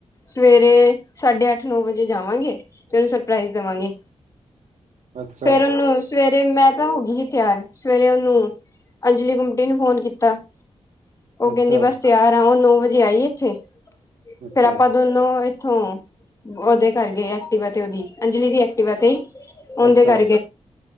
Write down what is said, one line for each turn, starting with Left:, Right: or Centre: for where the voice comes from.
Left: ਸਵੇਰੇ ਸਾਢੇ ਅੱਠ ਨੌ ਵਜੇ ਜਾਵਾਂਗੇ ਤੇ ਉਹਨੂੰ ਸਰਪ੍ਰਾਈਜ਼ ਦੇਵਾਂਗੇ
Right: ਅੱਛਾ
Left: ਫੇਰ ਉਹਨੂੰ ਸਵੇਰੇ ਮੈਂ ਤਾਂ ਹੋ ਗਈ ਸੀ ਤਿਆਰ ਸਵੇਰੇ ਉਹਨੂੰ ਅੰਜਲੀ ਗੁੰਮਟੀ ਨੂੰ ਫੋਨ ਕੀਤਾ ਉਹ
Right: ਅੱਛਾ
Left: ਕਹਿੰਦੀ ਬਸ ਤਿਆਰ ਆ ਉਹ ਨੋ ਵਜੇ ਆਈਏ ਇੱਥੇ
Right: ਅੱਛਾ
Left: ਫੇਰ ਆਪਾਂ ਦੋਨ ਇੱਥੋਂ ਉਹਦੇ ਕਰ ਗਏ ਐਕਟੀਵਾ ਤੇ ਉਹਦੀ ਅੰਜਲੀ ਦੀ ਐਕਟੀਵਾ ਤੇ ਉਹਦੇ
Right: ਅੱਛਾ
Left: ਕਰ